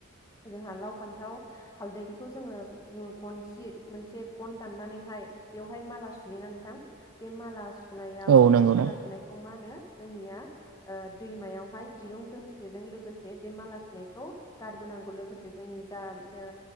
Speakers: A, on the left; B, on the right.
A: जोंहा लाव, फान्थाव, हालदै बेखौ जोङो ङो गनस जि मोनसे गन दाननानै हाय बेवहाय माला सु बियोना नोंथां बे माला सुनायाव
B: औ नंगौ
A: बे माला
B: ना
A: सुनायखौ मा होनो जोंनिया ओ दैमायावहाय दिरुं दोंसेजों लोगोसे बे माला सुनायखौ गारबोनांगौ लोगोसे जोंनि जा ओ